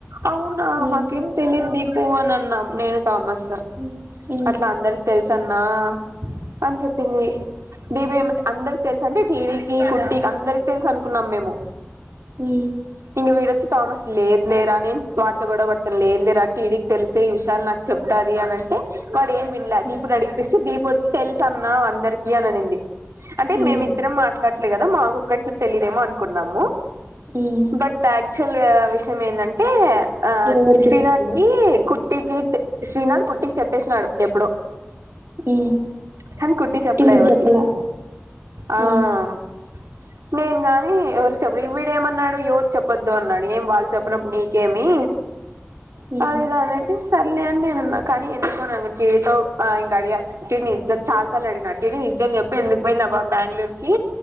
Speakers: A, on the right; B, on the right.
A: అవునా
B: మ్మ్
A: మాకేం తెలిదు దీపూ అని అన్నాం నేను థామస్
B: మ్మ్ మ్మ్
A: అట్ల అందరికి తెలుసన్నా అని చెప్పింది <unintelligible> ఏం అందరి తెలుసు అంటే టీడీకి కుట్టికి అందరికి తెలుసు అనుకున్నాం మేము
B: హు
A: ఇంగ వీడొచ్చి తామస్ లేదు లేర నేను వాడ్తో గొడవ పడ్తను లేదు లేరా టీడి తెలిస్తె ఈ విషయాలు నాకు చెప్తది అని అంటే వాడు ఏం విన్లే
B: మ్మ్
A: దీపుని నడిగిపిస్తే దీపు వచ్చి తెలుసన్నా అందరికి అని అనింది అంటె
B: మ్మ్
A: మేమిద్దరం మాట్లడట్లే గదా మాకు ఒక్కటి తెలిదేమో అనుకున్నాము
B: మ్మ్
A: బట్ యాక్చువల్గా విషం ఏంటంటే ఆ
B: ఎవరికి
A: శ్రీనాథ్
B: తెలీదు
A: కి కుట్టి కి శ్రీనాథ్ కుట్టికి చెప్పేసినాడు ఎప్పుడో
B: మ్మ్
A: కని కుట్టి చెప్పలే
B: మీకు
A: ఎవరికి
B: చెప్పలా
A: ఆ
B: మ్మ్
A: నేను గాని ఎవరు చెప్ విడేమన్నాడు ఎవరు చెప్పొద్దు అన్నాడు ఏం వాళ్ళు చెప్పినప్పుడు నీకేమీ
B: మ్మ్
A: అది ఇది అనంటే సర్లే అని నేనున్న కానీ ఎందుకో నాకు టీడీతో ఆ ఇంగ అడిగా టిడి నిజం చాలా సార్ అడిగిన టిడి నిజం చెప్పు ఎందుకు పోయింది ఆ పాప్ బ్యాంగళూరు కి